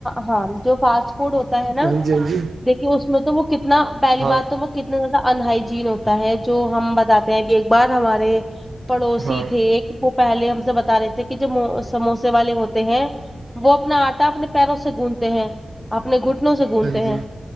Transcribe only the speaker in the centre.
ہاں جو فاسٹ ہوتا ہے نا
دیکھیے اس میں تو وہ کتنا پہلی
بار تو وہ کتنا زیادہ انہائجین ہوتا ہے جو ہم بتاتے ہیں اب ایک بار ہمارے پڑوسی
تھے وہ پہلے ہم سے بتا رہے تھے کہ جو سموسے والے ہوتے ہیں وہ اپنا آٹا اپنے پیروں سے گونونتے ہیں اپنے گھٹنوں سے گھونتے
ہیں